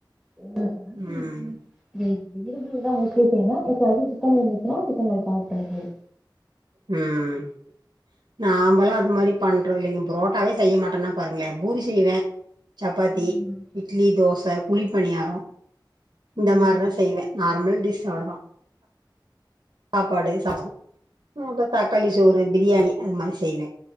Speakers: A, in the centre; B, on the right.
A: என்னா <unintelligible>
B: ம்
A: வெஜ் வெஜிடபிள்ல தா மோஸ்ட்லியா செய்ணு அப்ப அது சிக்கன் இருந்துச்சுனா சிக்க லைட்டா ஆட் பண்ணிகிறது
B: ம் நாமலா அது மாரி பண்றோ இல்லிங்க புரோட்டாவே செய்ய மாட்டேனா பாருங்களே பூரி செய்வே சப்பாத்தி
A: ம்
B: இட்லி தோச குளி பணியாரோ இந்த
A: ம்
B: மாரிதா செய்வே நார்மல் டிஷ் அவ்ளதா சாப்பாடு சாதோ அப்றோ தக்காளி சோறு பிரியாணி அது மாரி செய்வே